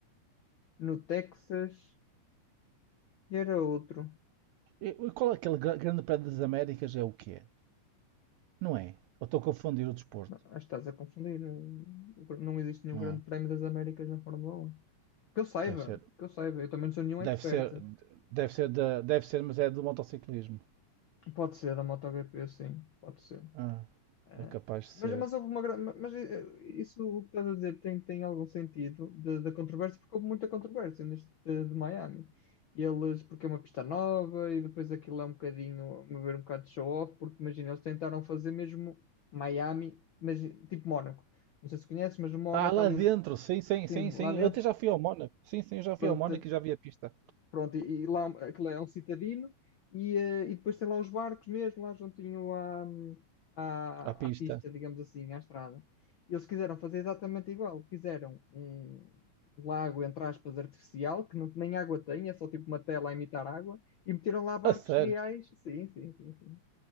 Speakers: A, on the left; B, on the right.
A: no Texas, e era outro.
B: E e qual é aquele gra- Grande Prémio das Américas? É o quê? Não é? Eu estou a confundir o desporto.
A: Não, acho que estás a confundir. Não existe nenhum
B: Hum,
A: Grande Prémio das Américas na Fórmula um Que eu saiba,
B: deve ser.
A: que eu saiba. Eu também não sou nenhum
B: Deve
A: expert.
B: ser, deve ser, da, deve ser, mas é do motociclismo.
A: Pode ser a MotoGP, sim, pode ser.
B: Ah,
A: Eh,
B: é capaz de ser.
A: mas, mas houve uma grande. Mas eh, isso o que estás a dizer tem, tem algum sentido de- da controvérsia, porque houve muita controvérsia neste de, de Miami. Eles, porque é uma pista nova e depois aquilo é um bocadinho, a meu ver, um bocado de show-off, porque imagina, eles tentaram fazer mesmo Miami, mas tipo Mónaco. Não sei se conheces, mas o Mónaco
B: Ah, lá
A: ali,
B: dentro, sim, sim, sim,
A: sim,
B: sim.
A: lá dentro
B: Eu até já fui ao Mónaco. Sim, sim, eu já
A: Pronto,
B: fui ao Mónaco e já vi a pista.
A: pronto e, e lá aquilo é um citadino e, eh, e depois tem lá os barcos mesmo, lá juntinho à, hum, à,
B: A pista.
A: à pista, digamos assim, à estrada. eles quiseram fazer exatamente igual. Fizeram um um lago, entre aspas, artificial, que não, nem água tem, é só tipo uma tela a imitar água, e meteram lá barcos
B: A sério.
A: reais. Sim, sim, sim, sim